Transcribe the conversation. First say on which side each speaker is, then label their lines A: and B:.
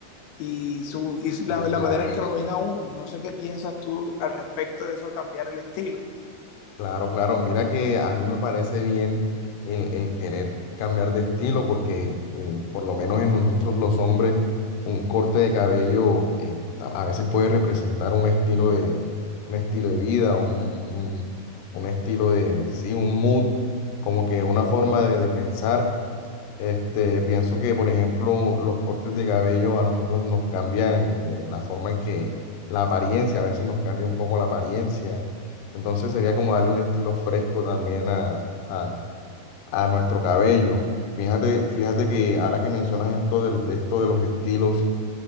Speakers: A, on the left; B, on the left.
A: y su y la,
B: Y
A: la
B: claro,
A: manera en que
B: claro,
A: lo ven a uno. No sé qué piensas tú al respecto de eso, cambiar el estilo.
B: claro, claro, mira que a mí me parece bien el, el querer cambiar de estilo, porque eh, por lo menos en nosotros los hombres, un corte de cabello eh, ta- a veces puede representar un estilo de, un estilo de vida, un, un, un estilo de, sí, un mood, como que una forma de de pensar. Este, pienso que, por ejemplo, los cortes de cabello a nosotros nos cambian eh, la forma en que la apariencia, a veces nos cambia un poco la apariencia. Entonces sería como darle un estilo fresco también a, a, a nuestro cabello. Fíjate, fíjate que ahora que mencionas esto de, de esto de los estilos,